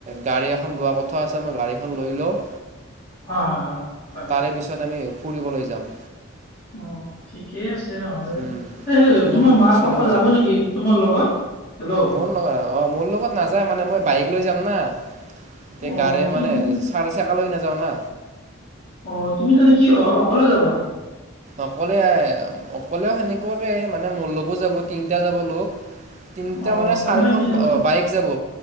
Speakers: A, on the right; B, on the left.
A: গাড়ী এখন লোৱা কথা আছে। মই গাড়ীখন লৈ লওঁ।
B: হয় হয় হয়। হয়
A: তাৰে পিছত আমি ফুৰিবলৈ যাম।
B: অ'। ঠিকেই আছে নহলে।
A: উম
B: এ সেই
A: শ্বিলং
B: তোমাৰ মা
A: শ্বিলং
B: পাপা যাব
A: যাম
B: নেকি তোমাৰ লগত। হেল্ল'
A: মোৰ লগত অ' মোৰ লগত নাযায় মানে মই বাইক লৈ যাম না। এতিয়া
B: অ
A: গাড়ী
B: কি
A: মানে,
B: তুমি
A: চাৰি চকা লৈ নাযাওঁ না।
B: অ' তুমি জানো কি অ অকলে যাবা।
A: অকলে অকলেও সেনেকুৱাকে মানে, মোৰ লগো যাব। তিনিটা যাব লগ। তিনিটা
B: অ
A: মানে
B: তাৰমানে
A: চাৰিখন
B: কি জান
A: ওম বাইক যাব।